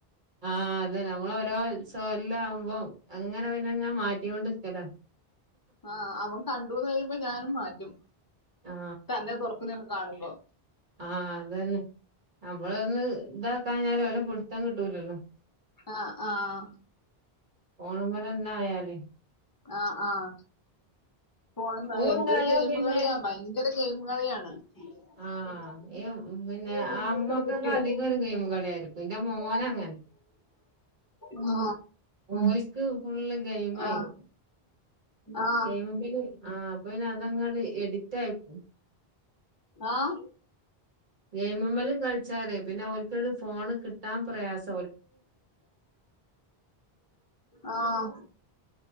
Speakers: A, on the right (about 50°); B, on the left (about 30°).
A: ആഹ് അതെ. നമ്മൾ ഓരോ <unintelligible> ആവുമ്പ അങ്ങനെ പിന്നെങ്ങെ മാറ്റികൊണ്ടിക്കല്ലേ?
B: ആഹ് അവൻ കണ്ടുന്ന് കഴിയുമ്പ ഞാനും മാറ്റും.
A: ആ
B: തന്നെ തൊറക്ക്‌ന്നേക്കെ കാണുമ്പോ.
A: ആഹ് അതന്നെ നമ്മളൊന്ന് ഇതാക്കാഞ്ഞാല് ഓലെ പിടുത്തം കിട്ടൂല്ലല്ലോ.
B: ആഹ് ആഹ്
A: ഫോണിമലെന്നെ ആയാൽ
B: ആഹ് ആഹ് പോണ
A: സ്കൂളുണ്ടായാ
B: എന്തൊരു ഗെയിമ
A: പിന്നെ
B: കളിയാ ഭയ കര ഗെയിമുകളിയാണ്. <inaudible>
A: ആഹ് ഈ പിന്നെ
B: ഇവിടുത്തത്
A: ആമ്മക്കക്ക്‌
B: കിട്ടിയോ
A: അധികരൊ ഗെയിം കളിയായിരിക്കും എന്റെ മോന അങ്ങനെ.
B: ആ
A: ഓൽക്ക് ഫുള്ള് ഗെയിം ആയിരിക്കും.
B: ആ ആ
A: ഗയിംൽ ആഹ് അപ്പൊ അതങ്ങ് എഡിക്റ്റ് ആയിപ്പോ
B: ആഹ്.
A: ഗെയിമ്മ്മല് കളിച്ചാലേ പിന്നെ ഓൽ ക് ഫോണ് കിട്ടാൻ പ്രയാസ.
B: ആഹ്.